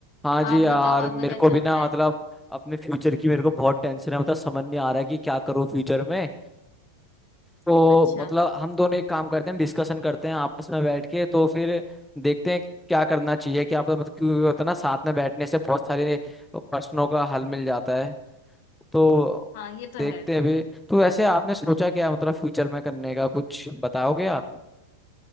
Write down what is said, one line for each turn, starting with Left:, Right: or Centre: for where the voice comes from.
Centre: हाँ जी
Left: आप
Centre: यार
Left: बताओ आपका
Centre: मेरे
Left: क्या
Centre: को
Left: चल
Centre: भी
Left: रहा
Centre: ना
Left: है
Centre: मतलब अपने फ्यूचर की मेरे को बहुत टेंशन है मतलब समझ नहीं आ रहा है कि क्या करूँ फ्यूचर में तो
Left: अच्छा
Centre: मतलब हम दोनों एक काम करते हैं डिस्कशन करते हैं आपस में बैठ के तो फिर देखते हैं क्या करना चाहिए क्या पता मतलब क्योंकि होता है ना साथ में बैठने से बहुत सारे प्रश्नों का हल मिल जाता है तो
Left: हाँ ये तो
Centre: देखते
Left: है
Centre: हैं भी तो वैसे आपने सोचा क्या मतलब फ्यूचर में करने का कुछ बताओगे आप